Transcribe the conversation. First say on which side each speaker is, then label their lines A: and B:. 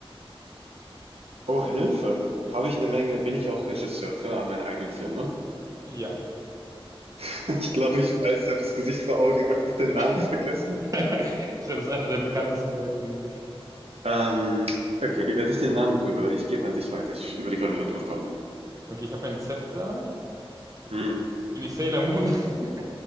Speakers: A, on the right (about 85°); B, on the right (about 35°).
A: Oh, Hilfe. Habe ich eine Menge. Bin ich auch Regisseur für meine eigenen Filme?
B: ja.
A: <laughs> Ich glaube, ich weiß, ich habe das Gesicht vor Augen, aber ich habe den Namen
B: <laughs>
A: vergessen.
B: Ich glaube, es ist einer der bekanntesten deutschen Filme.
A: Ähm, okay, ich werde ich den Namen rüber. Ich gebe an dich weiter. Ich überlege, ob ich noch drauf komme.
B: Okay, ich habe ein Zepter.
A: Hm.
B: Bin ich Sailor Moon? <laughs>